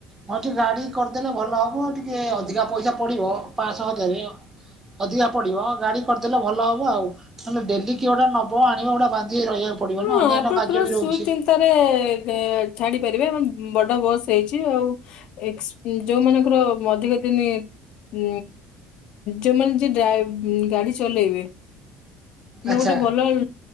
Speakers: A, on the right; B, on the left.
A: କଣ ଗାଡି କରିଦେଲେ ଭଲ ହବ ଟିକେ ଅଧିକା ପଇସା ପଡିବ। ପାଞ୍ଚ ଶହ ହଜାରେ। ଅଧିକା ପଡ଼ିବ ଗାଡ଼ି କରିଦେଲେ ଭଲ ହବ ଆଉ। ନହେଲେ ଡେଲି କିଏ ଗୋଟା ନବ ଆଣିବ ଗୋଟା ବାନ୍ଧି ହେଇକି ରହିବାକୁ ପଡ଼ିବ।
B: ହଁ
A: ନା ଅନ୍ୟାନ୍ୟ
B: ଆପଣ
A: କାର୍ଯ୍ୟ
B: ପୁରା
A: ବି
B: ସୁଚିନ୍ତାରେ
A: ରହୁଛି।
B: ଛାଡି ପାରିବେ। ଆମ ବଡ ବସ୍ ହେଇଛି ଆଉ ଏକସ ଯୋଉମାନଙ୍କର ଅଧିକ ଦିନି ଉ ଯୋଉମାନେ ଯେ ଡା ଗାଡି ଚଲେଇବେ। ଆମେ
A: ଆଚ୍ଛା
B: ଗୋଟେ ଭଲ ଉଁ